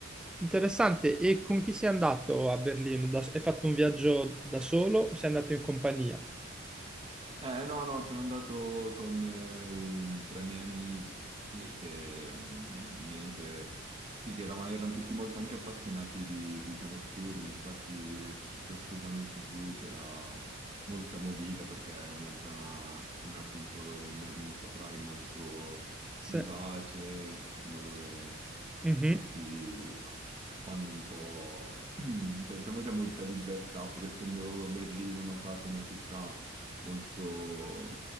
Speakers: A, in the centre; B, on the right.
A: interessante. E con chi sei andato a Berlino? Da- hai fatto un viaggio da solo o sei andato in compagnia?
B: Eh, no, no, sono andato con eh, tre miei amici e mm, niente, sì, che eravamo- erano tutti molto anche appassionati di vita notturna, infatti a questo Banuf Zoo c'era molta movida perché è una zona, come appunto immagino saprai, molto
A: Se...
B: vivace, insomma, dove
A: Mhm,
B: tutti fanno un po'... <clears throat> cioè, diciamo c'è molta libertà, pur essendo Berlino, ho notato, una città molto,